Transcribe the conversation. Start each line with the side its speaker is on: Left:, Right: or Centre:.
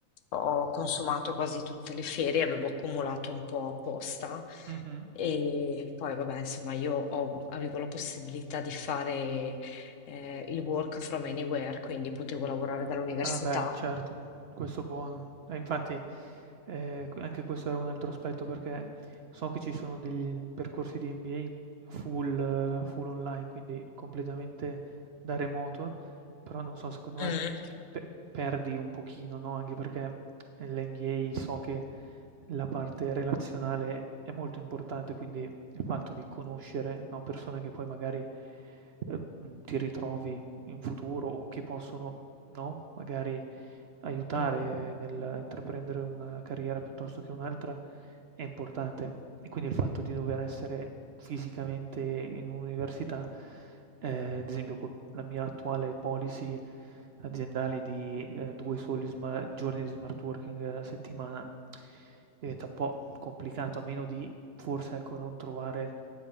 Left: ho consumato quasi tutte le ferie, avevo accumulato un po' apposta
Right: Mh-mh.
Left: e poi vabbè, insomma, io ho- avevo la possibilità di fare eh, il work from anywhere, quindi potevo lavorare dall'università.
Right: Ah beh, certo, questo buono. E infatti, ehm, q anche questo era un altro aspetto, perché so che ci sono degli percorsi di MBA full eh, full online, quindi completamente da remoto, però non so, secondo
Left: Mm.
Right: me pe perdi un pochino, no, anche perché nell'MBA so che la parte relazionale è molto importante, quindi il fatto di conoscere, no, persone che poi magari, ehm, ti ritrovi in futuro o che possono no, magari aiutare
Left: Mm.
Right: nell'intraprendere una carriera piuttosto che un'altra è importante. E quindi il fatto di dover essere fisicamente in un'università, ehm, ad esempio co la mia attuale policy aziendale di, ehm, 2 soli sma giorni di smart working a settimana, diventa un po' complicato, a meno di forse, ecco, non trovare,